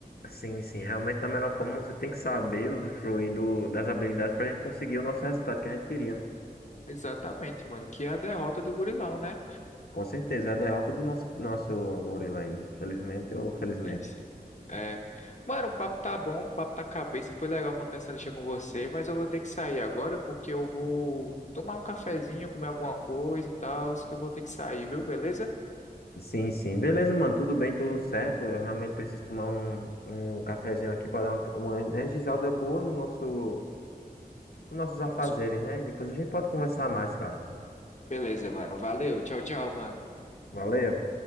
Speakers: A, on the left; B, on the left.
A: Sim, sim. Realmente, da melhor forma, você tem que saber usufruir do, das habilidades para a gente conseguir o nosso resultado que a gente queria, né?
B: Exatamente, mano, que é a derrota do Gurilão, né?
A: Com certeza. é A derrota do nosso, nosso gorila aí. Infelizmente ou felizmente.
B: Sim, sim. É. Mano, o papo tá bom, o papo tá cabeça, foi legal montar essa lista com você, mas eu vou ter que sair agora porque eu vou tomar um cafezinho, comer alguma coisa e tal, que eu vou ter que sair, viu? Beleza?
A: Sim, sim. Beleza, mano. Tudo bem, tudo certo. Eu realmente preciso tomar um, um cafezinho aqui para dar uma, uma energizada boa no nosso, nos nossos afazeres,
B: Tá certo.
A: né? E depois a gente pode conversar mais, cara.
B: Beleza, mano. Valeu. Tchau, tchau, mano.
A: Valeu.